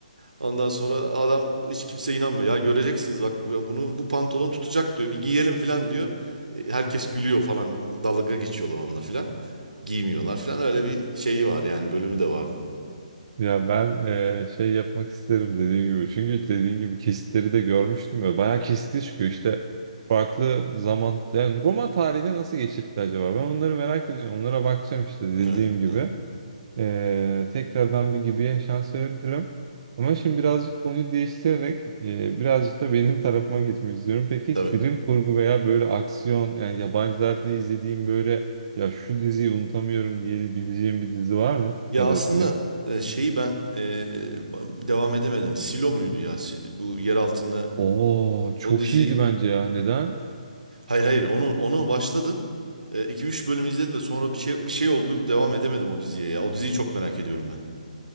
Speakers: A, on the right (about 75°); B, on the right (about 45°).
A: Ondan sonra adam hiç kimse inanmıyor. Ya göreceksiniz bak bunu bu pantolon tutacak diyor. Bir giyelim falan diyor. E, Herkes gülüyor falan. Dalga geçiyorlar onunla falan. Giymiyorlar falan. Öyle bir şeyi var yani bölümü de vardı.
B: Ya ben eee, şey yapmak isterim dediğim gibi. Çünkü dediğin gibi kesitleri de görmüştüm ve bayağı kesiti çıkıyor. işte farklı zaman yani Roma tarihini nasıl geçirdi acaba? Ben onları merak ediyorum. Onlara bakacağım işte dediğim
A: Evet.
B: gibi.
A: evet,
B: Eee, tekrardan bir gibiye şans verebilirim. Ama şimdi birazcık konuyu değiştirerek eee, birazcık da benim tarafıma geçmek istiyorum. Peki hiç
A: tabii.
B: bilim kurgu veya böyle aksiyon yani yabancılarda izlediğim böyle ya şu diziyi unutamıyorum diyebileceğim bir dizi var mı?
A: Ya
B: Ya da
A: aslında
B: film?
A: e, şeyi ben e, ba- devam edemedim. Silo muydu ya? Si- Bu yer altında
B: Oo çok
A: o dizi.
B: iyiydi bence ya. Neden?
A: Hayır hayır onu onu başladım. E, iki üç bölüm izledim de sonra bir şey bir şey oldu. Devam edemedim o diziye ya. O diziyi çok merak ediyorum ben.